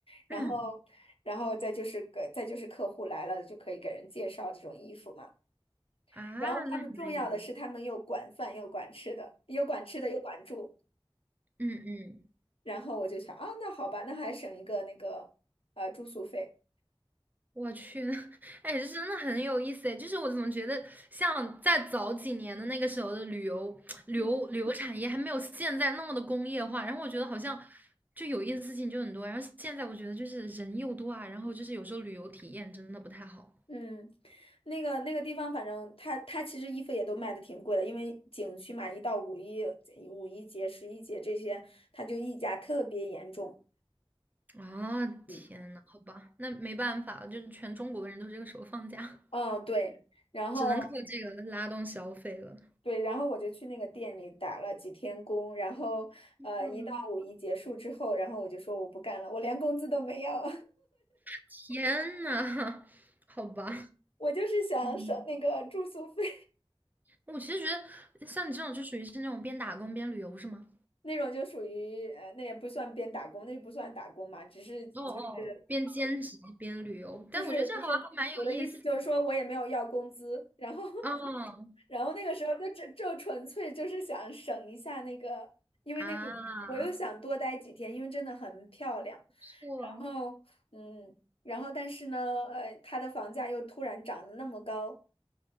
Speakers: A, on the left (about 70°); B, on the right (about 20°).
A: 然后然后再就是个再就是客户来了就可以给人介绍这种衣服嘛。
B: 嗯，啊，
A: 然后他们重要的是他们又管饭又管吃的，
B: 那还蛮有意思。
A: 又管吃的又管住。
B: 嗯嗯，
A: 然后我就想啊，那好吧，那还省一个那个呃住宿费。
B: 我去，<laughs> 哎，这真的很有意思哎。就是我怎么觉得，像在早几年的那个时候的旅游、<tsk> 旅游、
A: 嗯
B: 旅游产业还没有现在那么的工业化，然后我觉得好像
A: 嗯
B: 就有意思的事情就很多。然后现在我觉得就是人又多啊，然后就是有时候旅游体验真的不太好
A: 嗯，那个那个地方，反正它它其实衣服也都卖的挺贵的，因为景区嘛，一到五一、五一节、十一节这些，它就溢价特别严重。
B: 啊。
A: 嗯，
B: 天呐，好吧，那没办法了，就是全中国的人都这个时候放假。
A: 嗯，对，然后
B: 只能靠这个拉动消费了。
A: 对，然后我就去那个店里打了几天工，然后呃，
B: 嗯。
A: 一到五一结束之后，然后我就说我不干了，我连工资都没要，
B: 天呐，<laughs> 好吧，
A: <laughs> 我就是想省那个住宿费。
B: 嗯。我其实觉得像你这种就属于是那种边打工边旅游是吗？
A: 那种就属于呃，那也不算边打工，那不算打工嘛，只是就是
B: 哦哦。边兼职边旅游，
A: 就是不是我的意思就是说我也没有要工资，
B: 但我觉得这好像还蛮有意思的。
A: 然后 <laughs>
B: 嗯
A: 然后那个时候就就就纯粹就是想省一下那个，因为那个我又想多待几天，
B: 啊。
A: 因为真的很漂亮，
B: 错。
A: 然后嗯，然后但是呢，呃，它的房价又突然涨得那么高，